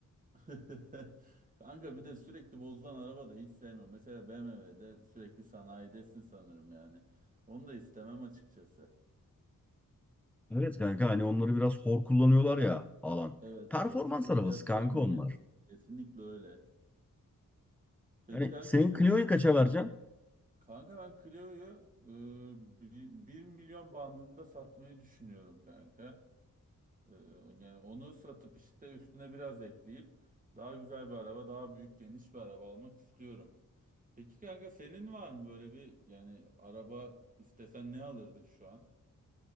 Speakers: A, on the right (about 25°); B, in the centre.
A: <laughs> Kanka bir de sürekli bozulan araba da hiç sevmiyorum. Mesela BMW'de sürekli sanayidesin sanırım yani. Onu da istemem açıkçası.
B: Evet kanka hani onları biraz hor kullanıyorlar ya alan.
A: Evet
B: Performans
A: evet hız
B: arabası
A: yapacağım
B: kanka onlar.
A: diye. Kesinlikle öyle. Peki
B: Hani
A: kanka
B: senin
A: senin?
B: Clio'yu kaça vereceksin?
A: Kanka ben Clio'yu e, bi- milyon bandında satmayı düşünüyorum kanka. E, yani onu satıp işte üstüne biraz ekleyip daha güzel bir araba, daha büyük geniş bir araba almak istiyorum. Peki kanka senin var mı böyle bir yani araba istesen ne alırdın şu an?